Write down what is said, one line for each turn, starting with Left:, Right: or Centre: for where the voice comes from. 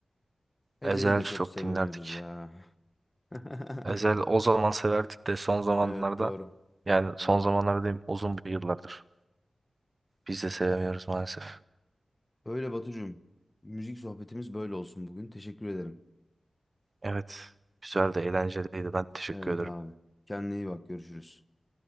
Left: Ezel'i
Right: Ezel
Left: de
Right: çok
Left: çok sevemiyoruz
Right: dinlerdik.
Left: ya. <laughs>
Right: Ezel o zaman severdik de son zamanlarda
Left: Evet doğru.
Right: yani son
Left: Doğru.
Right: zamanlarda diyeyim uzun bir yıllardır. Biz de sevemiyoruz maalesef.
Left: Öyle Batucuğum. Müzik sohbetimiz böyle olsun bugün. Teşekkür ederim.
Right: Evet. Güzel de eğlenceliydi. Ben teşekkür
Left: Evet
Right: ederim.
Left: abi. Kendine iyi bak. Görüşürüz.